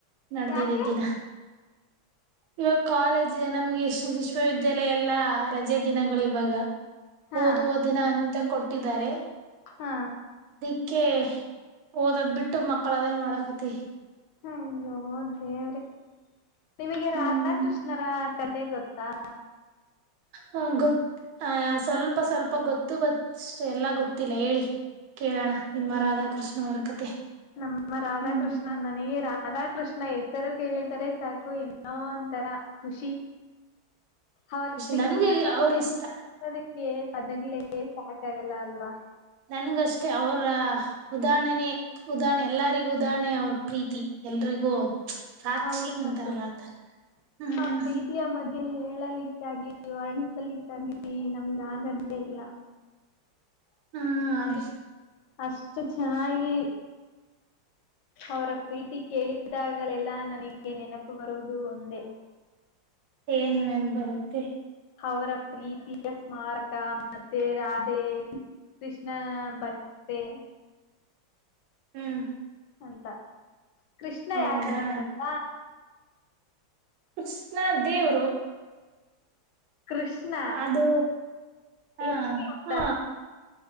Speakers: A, on the right; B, on the left.
A: ನಡದಿದೆ
B: ಯಾಕೆ
A: ದಿನ ಇವಾಗ ಕಾಲೇಜ್ ನಮ್ಗೆ ಎಷ್ಟ ವಿಶ್ವವಿದ್ಯಾಲಯ ಎಲ್ಲಾ ರಜೆ ದಿನಗಳು ಇವಾಗ
B: ಹಾ
A: ಓದುವ ದಿನ ಅಂತ ಕೊಟ್ಟಿದ್ದಾರೆ
B: ಹಾ
A: ಅಕಿ ಓದದ್ ಬಿಟ್ಟು ಮಕ್ಕಳದೇ ಮಾಡಕತಿ
B: ಹಯ್ಯೋ ದೇವರೇ ನಿಮಗೆ ರಾಧಾಕೃಷ್ಣರ
A: ಹ್ಮ್
B: ಕಥ ಮತ್ತೆ ಗೊತ್ತಾ
A: ಹಾ ಗೊತ್ತ ಹ ಸ್ವಲ್ಪ ಸ್ವಲ್ಪ ಗೊತ್ತು ಬತ್ ಎಲ್ಲಾ ಗೊತ್ತಿಲ್ಲ ಹೇಳಿ ಕೇಳೋಣ ನಿಮ್ಮ ರಾಧಾಕೃಷ್ಣ
B: ಹಾ
A: ಅವರ ಕತೆ
B: ನಮ್ಮ ರಾಧಾಕೃಷ್ಣ
A: ಹ್ಮ್
B: ನನಗೆೇ ರಾ ರಾಧಾ ಕೃಷ್ಣ ಹೆಸರು ಕೇಳಿದ್ದರೆ ಸಾಕು ಏನು ಒಂತರ ಖುಷಿ ಅವರ
A: ಖುಷಿ
B: ಪ್ರೀತಿಯ
A: ನನ್ಗೂ
B: ಬಗ್ಗೆ
A: ಅವ್ರ ಇಷ್ಟ
B: ಅದಕ್ಕೆ ಪದಗ್ಲೆೇ ಸಾಕಾಗಲ್ಲ ಅಲ್ವಾ
A: ನನ್ಗಷ್ಟೆ ಅವರ ಉದಾಹರಣೆನೆ ಉದಾಹರಣೆ ಎಲ್ಲರಿಗೂ ಉದಾಹರಣೆ ಅವ್ರ ಪ್ರೀತಿ ಎಲ್ರಿಗೂ ಸಾಕ್ಷಿ
B: ಹೌದು ಮತ್ತು
A: ಅಂತಾರಲ್ಲ ಆತರ ಹ್ಮ್
B: ಅವರ ಪ್ರೀತಿಯ ಮಧ್ಯ ಗೆ ಹೇಳಲಿಕ್ಕಾಗಿ ವರ್ಣಿಸಲಿಕ್ಕಾಗಿಲಿ ನಮ್ಗೆ ಆಗದೇ ಇಲ್ಲ
A: ಹ್ಮ್
B: ಹ್ಮ
A: ಅದ
B: ಅಷ್ಟು ಚೆನ್ನಾಗಿ ಅವರ ಪ್ರೀತಿ ಕೇಳಿದಾಗಲೆಲ್ಲಾ ನನಗೆ ನೆನಪು ಬರುವುದು ಒಂದೇ.
A: ಏನು ನೆನಪ್ ಬರುತ್ತೆ
B: ಅವರ ಪ್ರೀತಿಯ ಸ್ಮಾರಕ ಮತ್ತೆ ರಾಧೆ ಕೃಷ್ಣನ ಬಟ್ಟೆ
A: ಹ್ಮ್
B: ಅಂತ ಕೃಷ್ಣ
A: ಹೌದಾ
B: ಯಾರಂತಪ್ಪ
A: ಕೃಷ್ಣ ದೇವರು.
B: ಕೃಷ್ಣ
A: ಅದು ಹಾ
B: ಎಷ್ಟನೇ ಅವತಾರ
A: ಹಾ